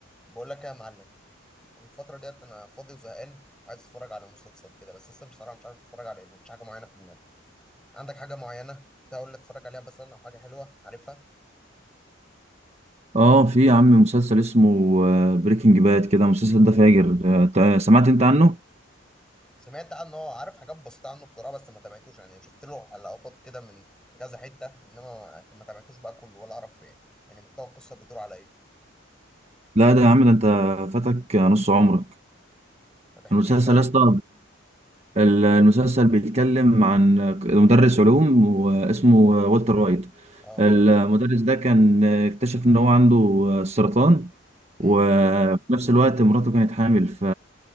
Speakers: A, in the centre; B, on the right (about 35°).
A: بقول لك ايه يا معلم أنا الفترة ديت انا فاضي وزهقان وعايز اتفرج على مسلسل كده بس لسه بصراحة مش عارف اتفرج على ايه مفيش حاجة معينة في دماغي عندك حاجة معينة تقول لي اتفرج عليها مثلا او حاجة حلوة عارفها
B: اه في يا عم مسلسل اسمه بريكنج باد كده المسلسل ده فاجر آه، تا- سمعت انت عنه
A: سمعت عنه هو عارف حاجات بسيطة عنه بصراحة بس ما تابعتوش يعني شفت له لقطات كده من كذا حتة انما ما تابعتوش بقى كله ولا اعرف يعني يعني محتوى القصة بيدور على ايه
B: لا ده يا عم ده انت فاتك نص عمرك
A: طب احكي
B: المسلسل
A: لي طيب
B: يا اسطى ال- المسلسل بيتكلم عن مدرس علوم واسمه والتر وايت
A: اه
B: المدرس ده كان اكتشف ان هو عنده سرطان
A: امم
B: وفي نفس الوقت مراته كانت حامل ف